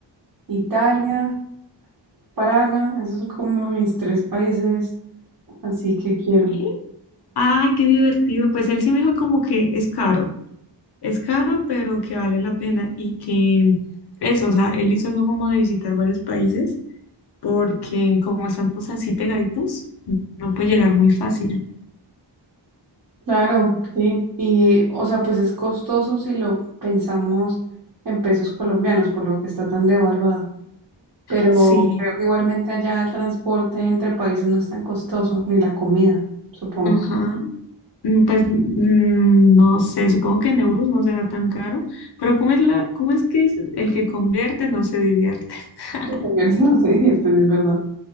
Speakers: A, on the right; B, on the left.
A: Italia, Praga, esos son como mis tres países, así que quiero.
B: sí, Ay, qué divertido. Pues él sí me dijo como que es caro, es caro, pero que vale la pena y que eso, o sea, él hizo algo como de visitar varios países porque como están pues así pegaditos, no puede llegar muy fácil.
A: Claro, sí. Y, o sea, pues es costoso si lo pensamos en pesos colombianos, por lo que está tan devaluado. Pero
B: Sí,
A: creo que igualmente allá el transporte entre países no es tan costoso, ni la comida, supongo.
B: ajá.
A: <laughs>
B: Mm, Pues mm, no sé, supongo que en euros no será tan caro, pero ¿cómo es la, cómo es que dicen? El que convierte no se divierte. <laughs>
A: Sí, comer se nos divierte, sí, es verdad.